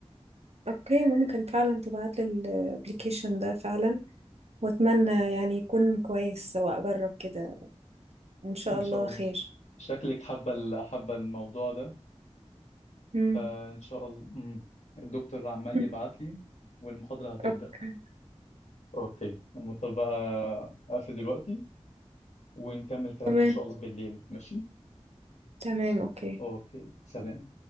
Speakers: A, on the right (about 65°); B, on the left (about 85°).
A: اوكي ممكن فعلا تبعت لي الابليكيشن ده فعلا واتمنى يعني يكون كويس واجرب كده وان شاء
B: ان
A: الله
B: شاء الله
A: خير
B: شكلك حابه ال- حابه الموضوع ده
A: مم.
B: فان شاء الله مم. الدكتور عمال
A: <laughs>
B: يبعت لي والمحاضره هتبدا
A: اوكي
B: اوكي مضطر بقى اقفل دلوقتي ونكمل كلامنا
A: تمام
B: ان شاء الله بالليل ماشي
A: تمام اوكي
B: اوكي سلام